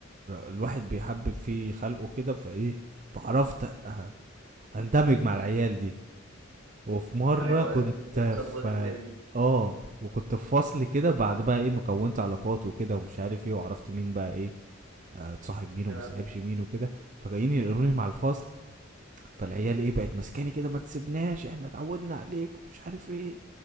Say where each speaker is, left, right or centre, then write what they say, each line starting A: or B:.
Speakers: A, on the right (about 35°); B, on the right (about 75°).
A: الواحد بيحبب في خلقه كده فايه فعرفت أ- اندمج مع العيال دي وفي مرة
B: ايوه
A: كنت
B: عرفت انت تظبط
A: في
B: الدنيا
A: اه وكنت في فصل كده بعد بقى ايه مكونت علاقات وكده ومش عارف ايه وعرفت مين بقى ايه آه، اتصاحب مين وما
B: اه
A: اتصاحبش مين وكده فجايين يقروني مع الفصل فالعيال ايه بقت ماسكاني كده ما تسيبناش احنا اتعودنا عليك ومش عارف ايه